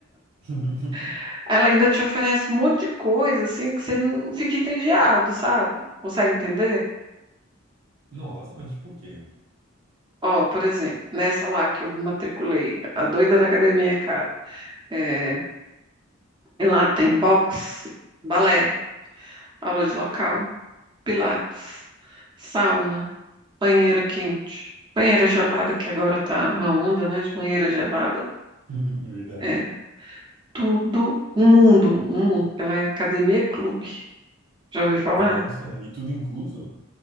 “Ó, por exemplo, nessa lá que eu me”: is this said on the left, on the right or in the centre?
Right